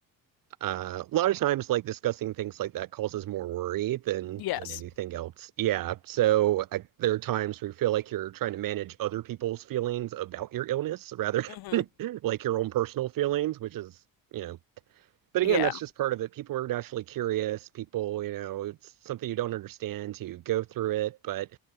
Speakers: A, on the right; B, on the left.
A: uh, a lot of times, like discussing things like that causes more worry than
B: Yes.
A: than anything else. Yeah. So I, there are times where you feel like you're trying to manage other people's feelings about your illness rather
B: Mm hmm.
A: than <laughs> like your own personal feelings, which is, you know, but
B: Yeah.
A: again, that's just part of it. People are naturally curious. People, you know, it's something you don't understand. You go through it, but